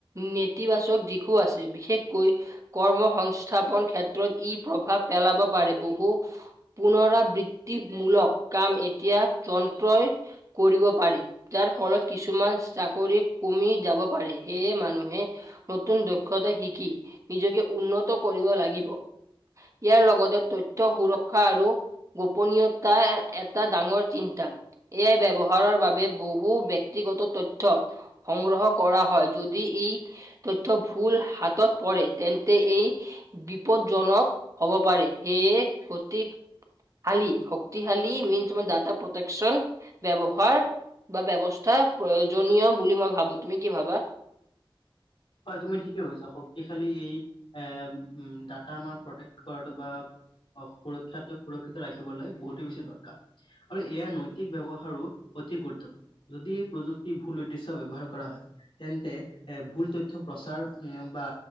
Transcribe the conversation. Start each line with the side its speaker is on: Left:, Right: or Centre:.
Right: নেতিবাচক দিশো আছে। বিশেষকৈ, কৰ্ম সংস্থাপন ক্ষেত্ৰত ই প্ৰভাৱ পেলাব পাৰে। বহু পুনৰাবৃত্তিমূলক কাম এতিয়া, যন্ত্ৰই কৰিব পাৰি। ফলত কিছুমান, চাকৰি কমি যাব পাৰে। সেয়ে, মানুহে নতুন দক্ষতা শিকি, নিজকে উন্নত কৰিব লাগিব। ইয়াৰ লগতে তথ্য সুৰক্ষা আৰু গোপনীয়তা এটা ডাঙৰ চিন্তা, এয়াই ব্যৱহাৰৰ বাবে বহু বহু ব্যক্তিগত তথ্য সংগ্ৰহ কৰা হয়। যদি ই তথ্য ভুল হাতত পৰে তেন্তে এই বিপদজনক হব পাৰে সেয়ে সতি শালী শক্তিশালী মিঞ্চ মানে ডাটা প্ৰটেকচন ব্যৱহাৰ বা ব্যৱস্থা প্ৰয়োজনীয় বুলি মই ভাবো। তুমি কি ভাবা?
Left: হয় তুমি ঠিকে কৈছা, শক্তিশালী এই এ ডাটা আমাৰ প্ৰটেক্ট কৰাটো বা অ', সুৰক্ষা সুৰক্ষিত ৰাখিবলৈ বহুতেই বেছি দৰকাৰ। আৰু ইয়াৰ নৈতিক ব্যৱহাৰো অতি গুৰুত্ব যদি এই প্ৰযুক্তি ভুল উদ্দেশ্যয় ব্যৱহাৰ কৰা হয় তেন্তে এ ভুল <unintelligible> প্ৰচাৰ বা